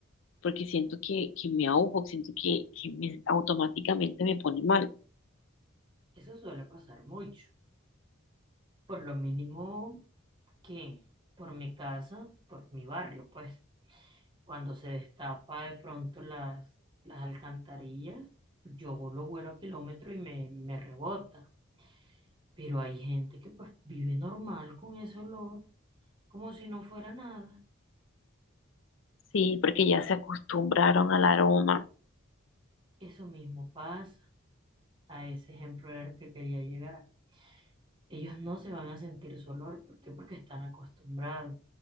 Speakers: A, on the left; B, on the right.
A: porque siento que, que me ahogo, siento que, que me- automáticamente me pone mal.
B: Eso suele pasar mucho. Por lo mínimo que por mi casa, por mi barrio, pues cuando se destapa de pronto las, las alcantarillas, yo lo vuelo a kilómetro y me, me rebota. Pero hay gente que pues vive normal con ese olor, como si no fuera nada.
A: Sí, porque ya se acostumbraron al aroma,
B: Eso mismo pasa. A ese ejemplo era el que quería llegar. Ellos no se van a sentir su olor. ¿Por qué? Porque están acostumbrados.